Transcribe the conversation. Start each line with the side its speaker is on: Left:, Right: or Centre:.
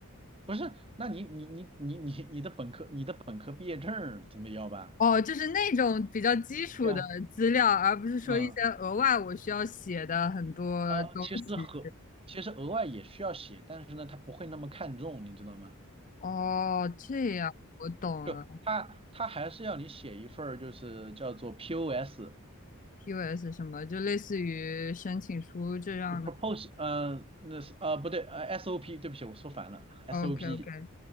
Right: 不是，那你你你你你你的本科你的本科毕业证儿总得要吧？
Left: 哦，就是那种比较基础的资料，
Right: 对呀，
Left: 而不是说一些额外我需要写的很多东西。
Right: 嗯，呃，其实和其实额外也需要写，但是呢，他不会那么看重，你知道吗？
Left: 哦，这样我懂了。
Right: 就他他还是要你写一份儿就是叫做 POS，
Left: POS 什么，就类似于申请书这样的。
Right: 就 propose，嗯、那是啊、不对，呃，SOP，对不起，我说反了，SOP，
Left: OK OK，